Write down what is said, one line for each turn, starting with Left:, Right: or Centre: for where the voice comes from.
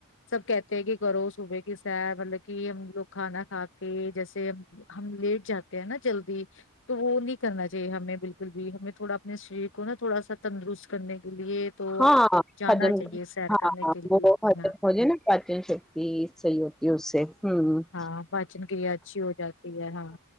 Left: سب کہتے ہیں کہ کرو صبح کی سیر مطلب کہ ہم لوگ کھانا کھا کے جیسے ہم لیٹ جاتے ہیں نا جلدی تو وہ نہیں کرنا چاہیے ہمیں بالکل بھی ہمیں تھوڑا اپنے شریر کو نا تھوڑا سا تندرست کرنے کے لیے تو
Centre: ہاں
Left: جانا
Centre: جن
Left: چاہیے سیر
Centre: ہاں
Left: کرنے
Centre: ہاں
Left: کے لیے
Centre: وہ <unintelligible>
Left: ہاں
Centre: جے نا پاچن شکتی صحیح ہوتی ہے اس سے ہمم <inaudible>
Left: ہاں پاچن کریا اچھی ہو جاتی ہے ہاں